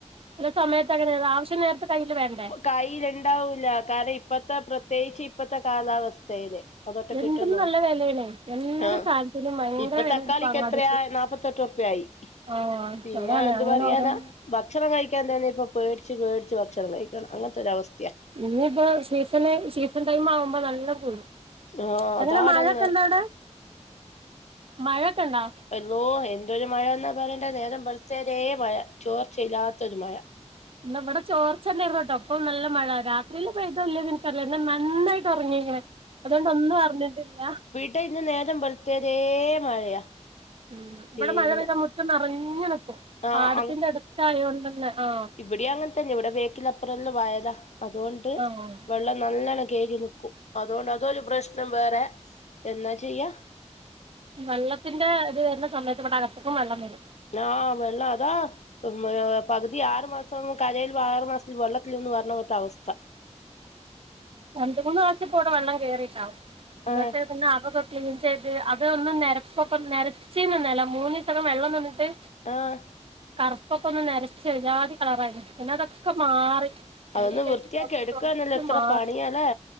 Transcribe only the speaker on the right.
ചെല സമയത്ത് അങ്ങനെയാണ് ആവശ്യം നേരത്ത് കയ്യിൽ വേണ്ടേ
എന്തിനും
നല്ല വിലയാണേ എന്ത്
സാധനത്തിനും ഭയങ്കര
വിലയാ
അങ്ങാടിക്ക്
ആഹ്
അതാണ്
അങ്ങനെ
ഓരോന്ന്
ഇനി ഇപ്പോ സീസണ് സീസൺ ടൈം ആവുമ്പോ നല്ലം കൂടും.
എങ്ങനെ
മഴൊക്കെ ഉണ്ടൊവ്ടെ? മഴൊക്കെണ്ടോ?
ഇന്നാ വടെ ചോർച്ചെന്നേര്ന്നു ട്ടോ. ഇപ്പം നല്ല മഴ. രാത്രിയില് പെയ്തോ ഇല്ലേ ന്ന് ഇൻക്കറീല്ല. ഇന്ന് നന്നായിട്ട് ഉറങ്ങീക്ണ്. അതോണ്ടൊന്നും അർഞ്ഞിട്ടില്ല.
ഉം ഇവടെ
മഴ പെയ്ത മുറ്റം നെറഞ്ഞു നിക്കും. പാടത്തിന്റെ
അടുത്തായോണ്ടന്നെ ആഹ്
ആഹ്
വെള്ളത്തിന്റെ ഇത് വര്ന സമയത്ത് ഇവടെ അകത്തുക്കും വെള്ളം വരും.
രണ്ട മൂന്ന് പ്രാവശ്യപ്പോടെ വെള്ളം കേയറിട്ടാവും എന്നിട്ട്
പിന്നെ അപക ചെയത് അതൊന്നും നരപ്പൊക്ക നരച്ച ഇന്നല്ല മൂന്ന് ദിവസൊക്കെ വെള്ളം നിന്നിട്ട്
കറുപ്പൊക്കെ ഒന്ന് നരച്ച് ഒരു ജാതി കളറായിരുന്നു പിന്നെ അതൊക്കെ മാറി കഴികി
കഴികി
തുടച്ച്
തുടച്ച്
മാറി